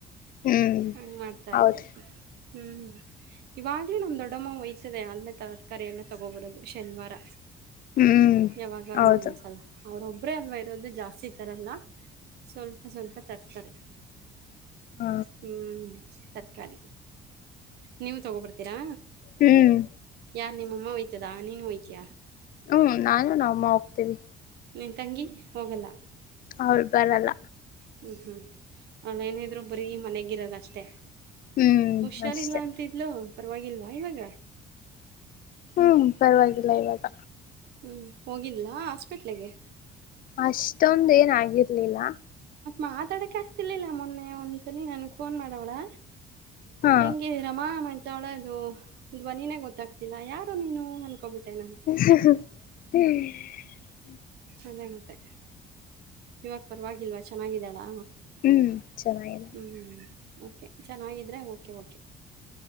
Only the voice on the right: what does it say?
ಹಂಗ್ ಮಾಡ್ತಾ
ಇದ್ದೆ ಹ್ಮ್ ಇವಾಗ್ಲೂ ನಮ್ ದೊಡ್ಡಮ್ಮ ಒಯ್ತದೆ ಅಲ್ಲ ತರಕಾರಿ ಎಲ್ಲ ತಗೋಬರೋದು ಶನಿವಾರ
ಯಾವಾಗಾರು
ಒನ್ನೊಂದ್ಸಲ ಅವರು ಒಬ್ರೇ ಅಲ್ವ ಇರೋದು ಜಾಸ್ತಿ ತರಲ್ಲ ಸ್ವಲ್ಪ ಸ್ವಲ್ಪ ತರ್ತಾರೆ
ಹ್ಮ್ ತರಕಾರಿ ನೀವು ತಗೋಬರ್ತೀರಾ
ಯಾರ್ ನಿಮ್ಮಮ್ಮ ಒಯ್ತದಾ ನೀನು ಹೊಯಿತ್ತಿಯ
ನೀನ್ ತಂಗಿ ಹೋಗಲ್ಲ
ಹ್ಮ್ ಹ್ಮ್ ಅವಳ್ ಏನಿದ್ರು ಬರೀ ಮನೆಗಿರದ್ ಅಷ್ಟೇ
ಹುಷಾರಿಲ್ಲ
ಅಂತಿದ್ಲು ಪರವಾಗಿಲ್ವಾ ಇವಾಗ
ಹ್ಮ್ ಹೋಗಿದ್ಲ್ ಹಾಸ್ಪಿಟ್ಲಗೆ
ಮಾತಾಡಕ ಆಗ್ತಿಲಿಲ್ಲ ಮೊನ್ನೆ ಒಂದ್ಸಲಿ ನನ್ಗ್ ಫೋನ್ ಮಾಡವ್ಳೆ
ಹೆಂಗಿದೀರಮ್ಮ <unintelligible> ಧ್ವನಿನೇ ಗೊತ್ತಾಗ್ತಿಲ್ಲ ಯಾರು ನೀನು ಅನ್ಕೊಬಿಟ್ಟೆನಾ
ಅದೇ ಮತ್ತೆ ಇವಾಗ ಪರವಾಗಿಲ್ವಾ ಚೆನ್ನಾಗಿದ್ದಾಳಾ
ಹ್ಮ್ ಹ ಓಕೆ ಚೆನ್ನಾಗಿದ್ರೆ ಓಕೆ ಓಕೆ